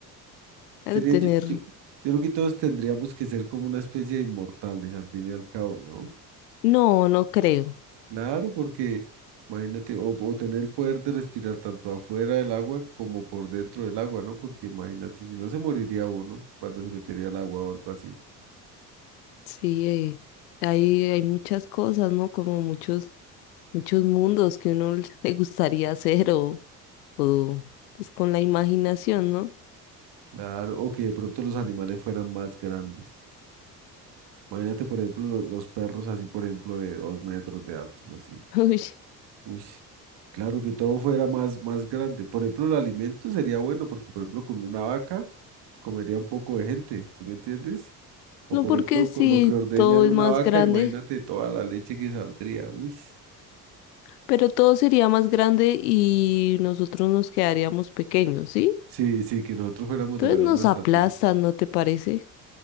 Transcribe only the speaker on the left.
Al
tener...
No, no creo.
Sí, eh, hay, hay muchas cosas, ¿no? Como muchos, muchos mundos que uno <laughs> le le gustaría hacer o, o pues con la imaginación, ¿no?
<laughs> Uy.
No
porque
sí,
todo es
más
grande,
pero todo sería más grande y nosotros nos quedaríamos pequeños, ¿sí?
Entonces
nos
aplastan, ¿no te parece?